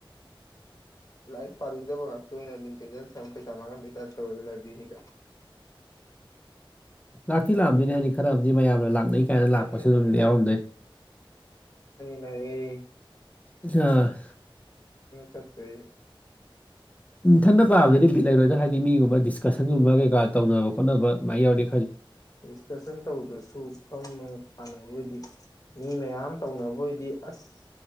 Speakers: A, on the left (about 40°); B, on the left (about 15°).
A: ꯂꯥꯏꯔꯤꯛ ꯄꯥꯅꯤꯡꯗꯕ ꯉꯥꯛꯇ ꯑꯣꯏꯅ ꯃꯤꯡ ꯆꯟꯁꯤꯜꯂ ꯊꯝꯃ ꯄꯩꯁꯥ ꯃꯥꯡꯍꯟꯕꯩ ꯇꯥꯏꯞ ꯇꯧꯋꯦꯕ ꯂꯥꯏꯕ꯭ꯔꯤꯅꯤ ꯀꯥꯏ꯫ <inaudible>
B: ꯂꯥꯛꯇꯤ ꯂꯥꯛꯑꯝꯗꯣꯏꯅꯦ ꯍꯥꯏꯗꯤ ꯈꯔ ꯑꯃꯗꯤ ꯃꯌꯥꯝꯅ ꯂꯥꯛꯅꯩ ꯀꯥꯏꯅ
A: ꯑꯃꯅꯤ
B: ꯂꯥꯛꯄꯁꯨ
A: ꯑꯃꯅꯤ
B: ꯑꯗꯨꯝ ꯌꯥꯎꯔꯝꯗꯣꯏꯅꯤ꯫
A: ꯑꯩ
B: ꯑ
A: <unintelligible>
B: ꯏꯊꯟꯇ ꯄꯥꯕꯗꯗꯤ ꯕꯤꯠ ꯂꯩꯔꯣꯏꯗ ꯍꯥꯏꯗꯤ ꯃꯤꯒꯨꯝꯕ ꯗꯤꯁꯀꯁꯟꯒꯨꯝꯕ ꯀꯩꯀꯥ ꯇꯧꯅꯕ ꯈꯣꯠꯅꯕ ꯑꯗꯨꯃꯥꯏꯅ ꯌꯥꯎꯔꯤ
A: ꯗꯤꯁꯀꯁꯟ ꯇꯧꯗ꯭ꯔꯁꯨ ꯐꯝꯗꯅ ꯄꯥꯟꯅꯕ ꯑꯣꯏꯗꯤ ꯃꯤ ꯃꯌꯥꯝ ꯇꯧꯅꯕ ꯑꯣꯏꯗꯤ ꯑꯁ